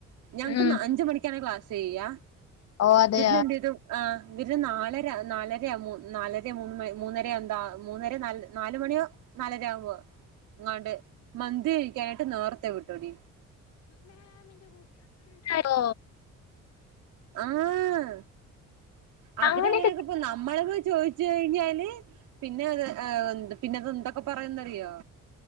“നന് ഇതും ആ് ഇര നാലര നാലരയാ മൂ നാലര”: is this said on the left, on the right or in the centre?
Right